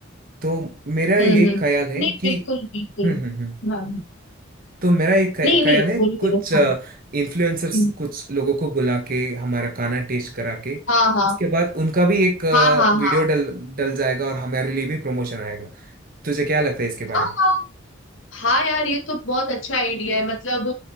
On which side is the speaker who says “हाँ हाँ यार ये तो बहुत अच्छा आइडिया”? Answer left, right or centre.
Left